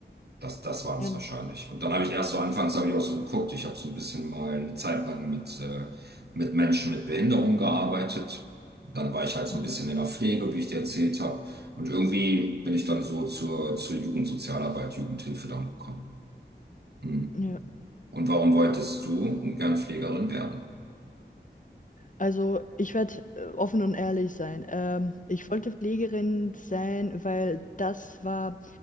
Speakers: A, on the right (about 60°); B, on the left (about 45°).
A: Das, das waren
B: Ja,
A: es wahrscheinlich. Und dann habe ich erst so anfangs habe ich auch so geguckt, ich habe so ein bisschen mal eine Zeit lang mit, äh, mit Menschen mit Behinderung gearbeitet. Dann war ich halt
B: mhm.
A: so ein bisschen in der Pflege, wie ich dir erzählt habe. Und irgendwie bin ich dann so zur, zur Jugendsozialarbeit, Jugendhilfe dann gekommen. Hm.
B: Ja.
A: Und warum wolltest du gern Pflegerin werden?
B: Also, ich werde äh, offen und ehrlich sein. Ähm, ich wollte Pflegerin sein, weil das war